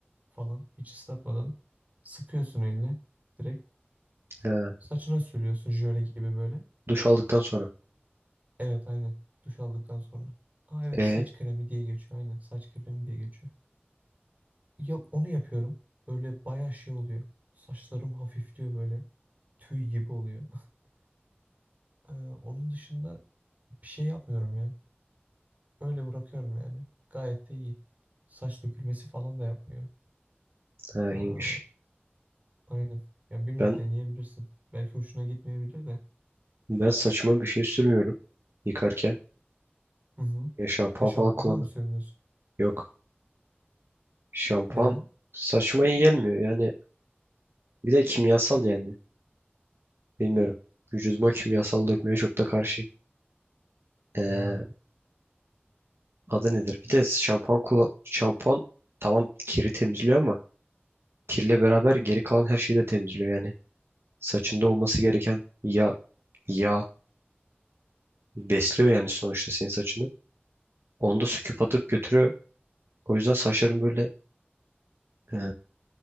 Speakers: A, on the right (about 40°); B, on the right (about 70°).
A: falan hiç ıslatmadan sıkıyorsun eline. Direkt
B: Ha,
A: saçına sürüyorsun jöle gibi böyle.
B: duş aldıktan sonra.
A: Evet aynen duş aldıktan sonra. Aa evet
B: E,
A: saç kremi diye geçiyor aynen saç kremi diye geçiyor. Ya onu yapıyorum. Böyle bayağı şey oluyor. Saçlarım hafifliyor böyle. Tüy gibi oluyor. <laughs> Ee, onun dışında bir şey yapmıyorum ya. Öyle bırakıyorum yani. Gayet de iyi. Saç dökülmesi falan da yapmıyor.
B: ha,
A: Aa,
B: iyiymiş.
A: aynen. Ya bilmiyorum
B: Ben
A: deneyebilirsin. Belki hoşuna gitmeyebilir de.
B: ben saçıma bir şey sürmüyorum yıkarken.
A: Hı hı.
B: E, şampuan
A: Ha şampuanla
B: falan kullanmıyorum.
A: mı sürmüyorsun?
B: Yok. Şampuan
A: Neden?
B: saçma iyi gelmiyor. Yani bir de kimyasal yani. Bilmiyorum. Vücuduma kimyasal dökmeye çok da karşıyım. Ee,
A: Hmm.
B: adı nedir? Bir de şampuan kullan şampuan tamam kiri temizliyor ama kirle beraber geri kalan her şeyi de temizliyor yani. Saçında olması gereken yağ, yağ besliyor yani sonuçta senin saçını. Onu da söküp atıp götürüyor. O yüzden saçların böyle e,